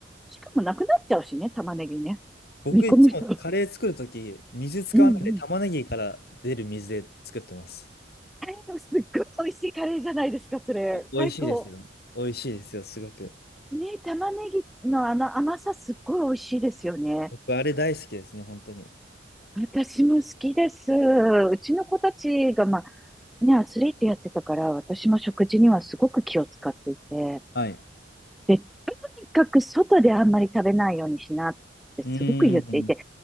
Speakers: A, in the centre; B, on the left.
A: しかもなくなっちゃうしね、玉ねぎね。
B: 僕いつもカレー作るとき、
A: 煮込む人。
B: 水使わないで玉ねぎから出る水で作ってます。
A: うんうん。あれのすっごい美味しいカレーじゃないですか、それ。
B: お、
A: 最高。
B: 美味しいですよ。美味しいですよ、すごく。
A: ね、玉ねぎのあの甘さすっごい美味しいですよね。
B: 僕、あれ大好きですね、本当に。
A: 私も好きです。うちの子たちが、まあ、ね、アスリートやってたから、私も食事にはすごく気を使っていて、
B: はい。
A: で、とにかく外であんまり食べないようにしなってすごく言っていて、
B: うーん。